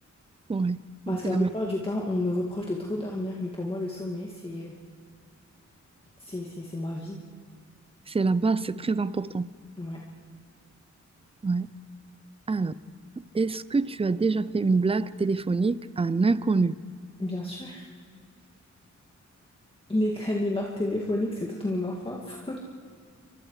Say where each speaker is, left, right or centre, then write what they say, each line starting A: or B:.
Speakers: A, on the right (about 20°); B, on the left (about 20°).
A: Ouais,
B: Parce
A: c'est
B: que
A: la,
B: la plupart du temps, on me reproche de trop dormir, mais pour moi, le sommeil, c'est, c'est, c'est, c'est ma vie.
A: c'est la base, c'est très important.
B: Ouais,
A: Ouais. Alors, est-ce que tu as déjà fait une blague téléphonique à un inconnu?
B: bien sûr. Les canulars téléphoniques, c'est toute mon enfance. <laughs>